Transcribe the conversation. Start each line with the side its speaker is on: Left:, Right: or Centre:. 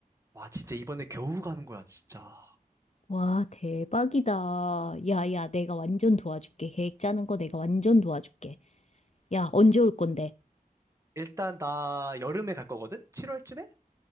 Right: 와, 진짜 이번에 겨우 가는 거야, 진짜.
Left: 와, 대박이다. 야, 야, 내가 완전 도와줄게. 계획 짜는 거 내가 완전 도와줄게. 야, 언제 올 건데?
Right: 일단 나 여름에 갈 거거든? 7월쯤에?